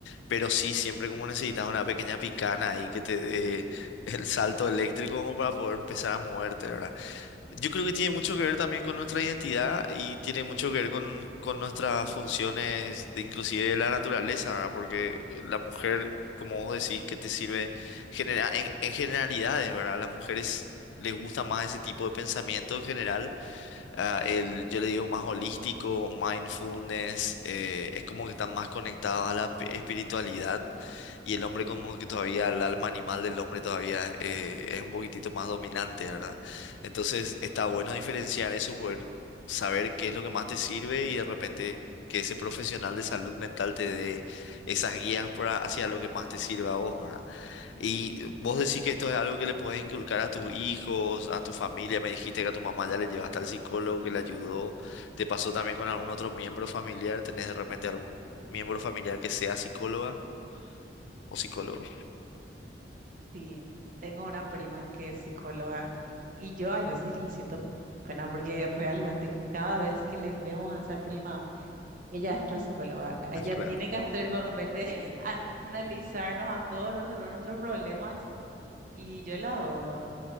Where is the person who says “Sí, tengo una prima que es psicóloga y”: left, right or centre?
Right